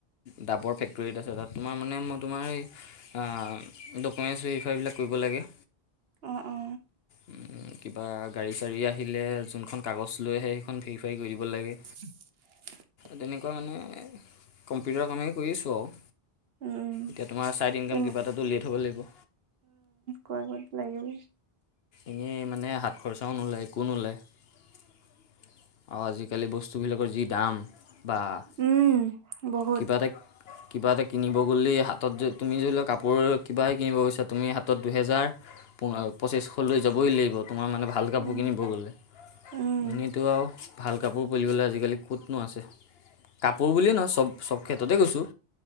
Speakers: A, on the left; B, on the right.
A: ডাবৰ ফেক্টৰী এটা আছে তাত, তোমাৰ মানে মই তোমাৰ এই আ, ডকুমেণ্টছ ভেৰিফাইবিলাক কৰিব লাগে।
B: অ, অ,
A: উম, কিবা গাড়ী-চাড়ী আহিলে, যোনখন কাগজ লৈ আহে সেইখন ভেৰিফাই কৰি দিব লাগে।
B: <unintelligible>
A: তেনেকুৱা মানে এ কম্পিউটাৰৰ কামেই কৰি আছোঁ আৰু।
B: উম
A: এতিয়া তোমাৰ ছাইড ইনকাম
B: তেন
A: কিবা এটাটো উলিয়ায় থ'ব লাগিব।
B: কোৱা আকৌটো লাগিল।
A: এনেই মানে হাত খৰচাও নোলায়, একো নোলায়। আৰু আজিকালি বস্তুবিলাকৰ যি দাম। বা
B: উম, বহুত।
A: কিবা এটা কিবা এটা কিনিব গ'লেই হাতত যে তুমি ধৰি লোৱা কাপোৰ, কিবাই কিনিব গৈছা তুমি হাতত দুহেজাৰ। পোন্ধৰ, পঁচিছশলৈ যাবই লাগিব। তোমাৰ মানে ভাল কাপোৰ
B: উম
A: কিনিব গ'লে।
B: উম
A: এনেতো আৰু ভাল কাপোৰ বুলিবলৈ আজিকালি। ক'তনো আছে, কাপোৰ বুলিয়েই নহয় চব, চব ক্ষেত্ৰতে কৈছোঁ।